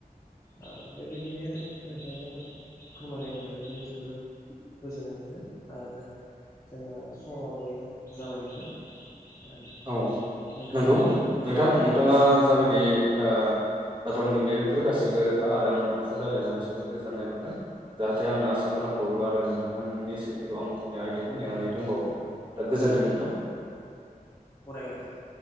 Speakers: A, on the left (about 20°); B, on the right (about 35°).
A: आ बेबायदिनो नोंथांजों फोरमायलायनो मोननानै जोबोर गोजोननाय मोनदों आ जोंना समाबो जाबाय नोंथां। ओ
B: औ
A: नोंथांजों
B: नंगौ
A: फोरमायनो
B: नोंथां नोंथाङा जाबाय बे ओ बाथ्रा बुंदों बेफोर गासैबो रोखा आरो आं नोंथांजों रायलायनानै जोबोर गोजोननाय मोन्दों जाहाथे आं आसा खालामबावयो आरो नोंथांनि सोंथिखौ आं उननि आयदायाव नेनानै दंबावो दा गोजोन्थों नोंथां।
A: बरायबाय नोंथां।